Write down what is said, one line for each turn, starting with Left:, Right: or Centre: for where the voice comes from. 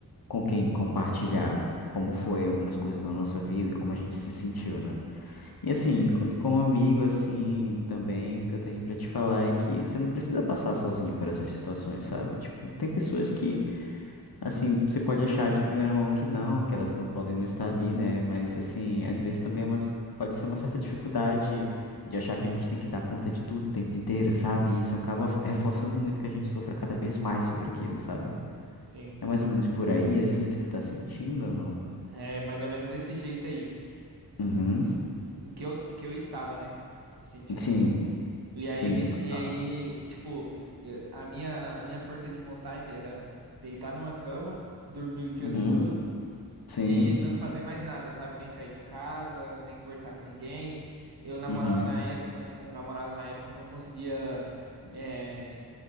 Left: com quem compartilhar como foi algumas coisas na nossa vida e como a gente se sentiu, né? E assim, co- e como amigo, assim, também o que eu tenho pra te falar é que você não precisa passar sozinho por essas situações, sabe? Tipo, tem pessoas que, assim, você pode achar de primeira mão que não, que elas não podem não estar ali, né? Mas assim, às vezes também é umas- pode ser uma certa dificuldade de achar que a gente tem que dar conta de tudo o tempo inteiro, sabe? E isso acaba reforçando muito que a gente sofra cada vez mais sobre aquilo, sabe?
Right: Sim.
Left: É mais ou menos por aí, assim, que tu tá sentindo, ou não?
Right: É mais ou menos desse jeito aí.
Left: Uhum.
Right: Que eu, que eu estava, né? Sentindo.
Left: Sim,
Right: E aí,
Left: sim.
Right: ne-
Left: total.
Right: e aí, tipo, eu- a minha, minha força de vontade era deitar numa cama, dormir o dia
Left: Uhum.
Right: todo
Left: Sim.
Right: e não fazer mais nada, sabe? Nem sair de casa, nem conversar com ninguém. Eu namorava
Left: Uhum.
Right: na época, né? Eu namorava na época, eu não conseguia. eh,